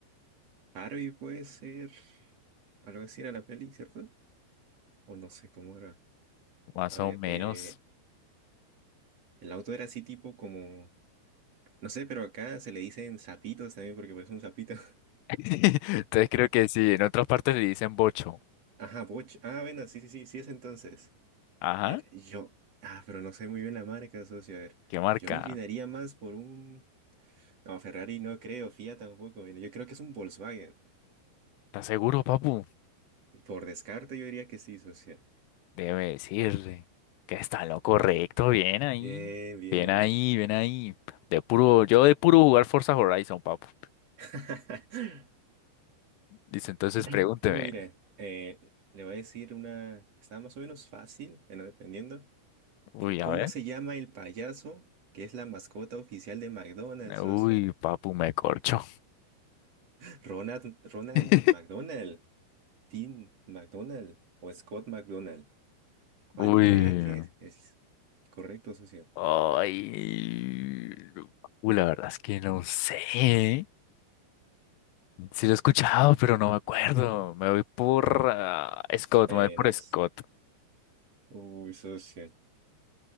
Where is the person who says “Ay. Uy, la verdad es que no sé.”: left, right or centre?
Left